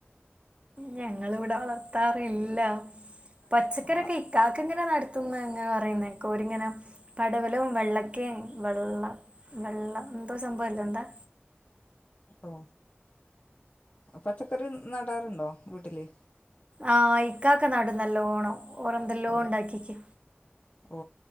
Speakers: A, on the right; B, on the left.
A: ഞങ്ങളിവിടെ വളർത്താറില്ല പച്ചക്കറിക്കെ
B: ഓ ആ,
A: ഇക്കക്ക് ഇങ്ങനെ നടത്തുന്നങ്ങനെ പറയുന്നേ കോരിങ്ങനെ പടവലും വെള്ളക്കെ വെള്ള വെള്ള എന്തോ സംഭവല്ല എന്താ
B: ഓ പച്ചക്കറി നടാറുണ്ടോ വീട്ടില്
A: ആഹ് ഇക്കാക്കെ നാടും നല്ലോണം ഓറെന്തെല്ലോ
B: ഓ
A: ഉണ്ടാക്കിക്ക്
B: ഓ